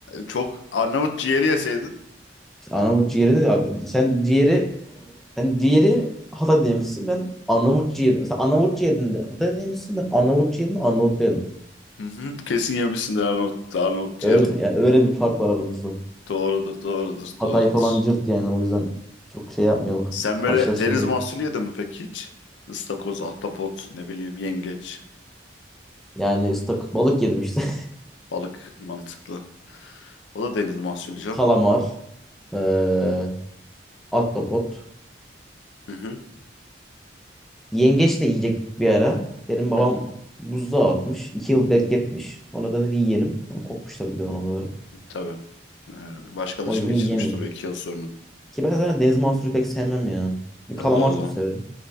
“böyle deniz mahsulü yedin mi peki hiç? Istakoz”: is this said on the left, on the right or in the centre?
Left